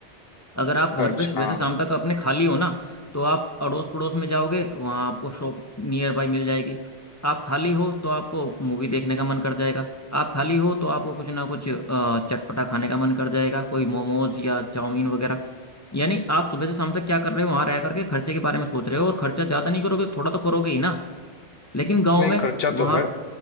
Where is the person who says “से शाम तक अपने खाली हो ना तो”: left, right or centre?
Left